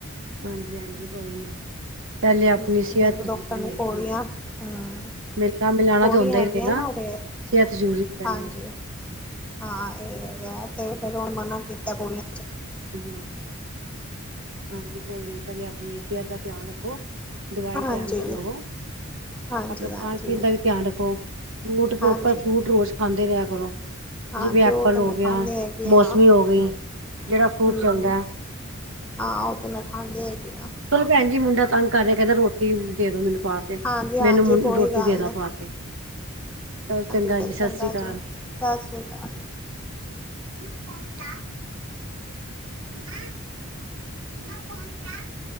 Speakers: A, on the right; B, in the centre.
A: ਹਾਂਜੀ ਹਾਂਜੀ ਕੋਈ ਨੀ ਪੈਲੇ ਆਪਣੀ
B: ਹੂੰ
A: ਸਿਹਤ
B: ਮੈਨੂੰ ਡਾਕਟਰ
A: ਜ਼ਰੂਰੀ
B: ਨੇ
A: ਹੈਗੀ
B: ਪੌੜੀਆਂ
A: ਏ।
B: ਹੂੰ
A: ਮਿਲਣਾ ਮਿਲਾਣਾ
B: ਪੌੜੀਆਂ
A: ਤੇ ਹੁੰਦਾ ਈ
B: ਹੈਗੀਆਂ
A: ਰਹੇਗਾ
B: ਨਾ ਉਹਦੇ
A: ਸਿਹਤ ਜ਼ਰੂਰੀ ਪੈਲੇ।
B: ਹਾਂਜੀ ਹਾਂ ਇਹ ਹੈਗਾ ਤੇ ਫੇਰ ਹੁਣ ਮਨਾ ਕੀਤੈ ਬੋਲਣ।
A: ਹਮ ਹਾਂਜੀ ਕੋਈ ਨੀ ਪੈਲੇ ਆਪਣੀ ਸਿਹਤ ਦਾ ਧਿਆਨ ਰੱਖੋ। ਦਵਾਈ
B: ਹਾਂਜੀ
A: ਟੈਮ ਤੇ ਲਵੋ।
B: ਹਾਂਜੀ
A: ਆਪਣੇ ਖਾਣ
B: ਹਾਂਜੀ
A: ਪੀਣ ਦਾ ਵੀ ਧਿਆਨ ਰੱਖੋ, ਫਰੂਟ ਪ੍ਰੋਪਰ
B: ਹਾਂਜੀ
A: ਫਰੂਟ ਰੋਜ਼ ਖਾਂਦੇ ਰਿਹਾ ਕਰੋ।
B: ਹਾਂਜੀ
A: ਜਿਵੇਂ ਐਪਲ
B: ਉਹ ਤੇ
A: ਹੋ
B: ਮੈਂ
A: ਗਿਆ
B: ਖਾਂਦੀ ਹੈਗੀ
A: ਮੌਸਮੀ
B: ਆ।
A: ਹੋ ਗਈ
B: ਹਮ,
A: ਜਿਹੜਾ ਫਰੂਟ ਚੱਲਦਾ
B: ਹਾਂ ਉਹ ਤੇ ਮੈਂ ਖਾਂਦੀ ਹੈਗੀ ਆਂ।
A: ਚਲੋ, ਭੈਣੀ ਜੀ ਮੁੰਡਾ ਤੰਗ ਕਰ ਰਿਹਾ ਕਹਿੰਦਾ ਰੋਟੀ। ਰੋਟੀ ਦੇ ਦੋ ਮੈਨੂੰ ਪਾ ਕੇ,
B: ਹਾਂਜੀ ਹਾਂਜੀ
A: ਮੈ ਇਹਨੂੰ
B: ਕੋਈ
A: ਰੋਟੀ
B: ਗੱਲ
A: ਦੇ ਦਾ
B: ਨਹੀਂ
A: ਪਾ ਕੇ। ਚਲੋ
B: ਹਾਂਜੀ,
A: ਜੀ
B: ਚਲ
A: ਸਤਿ
B: ਚੰਗਾ
A: ਸ੍ਰੀ ਅਕਾਲ
B: ਜੀ, ਸਤ ਸ੍ਰੀ ਅਕਾਲ।
A: ਹੋਟ ਆ। <unintelligible> <inaudible> ਨਾ ਨਾਣ <unintelligible>